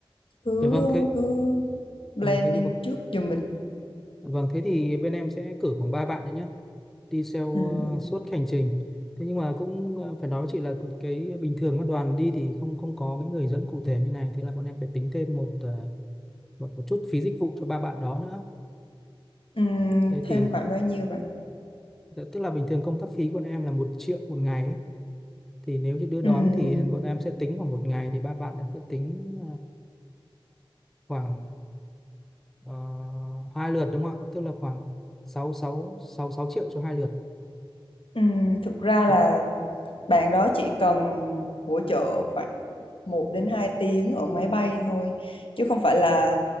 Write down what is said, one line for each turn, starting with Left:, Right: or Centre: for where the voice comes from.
Left: cứ
Centre: Dạ vâng thế,
Left: cứ planning
Centre: vâng thế thì có-
Left: trước giùm mình
Centre: vâng thế thì bên em sẽ cử khoảng 3 bạn đấy nhá, đi theo
Left: ừ, ừ.
Centre: ờ, suốt hành trình. Thế nhưng mà cũng ờ, phải nói với chị là cái bình thường các đoàn đi thì không không có cái người dẫn cụ thể như này, thế là bọn em phải tính thêm một ờ, một một chút phí dịch vụ cho ba bạn đó nữa.
Left: Ừ,
Centre: Đấy
Left: thêm
Centre: thì
Left: khoảng bao nhiêu bạn
Centre: dạ, tức là bình thường công tác phí của bọn em là một triệu một ngày ấy. Thì nếu như đưa
Left: ừ,
Centre: đón thì bọn em sẽ tính khoảng một ngày thì ba bạn sẽ tính uh, Ờ, hai lượt đúng không ạ? Tức là khoảng sáu sáu sáu 6 triệu cho hai lượt.
Left: ừ, thực ra
Centre: Thế
Left: là
Centre: chứ.
Left: bạn đó chỉ cần hỗ trợ khoảng một đến 2 tiếng ở máy bay thôi chứ không phải là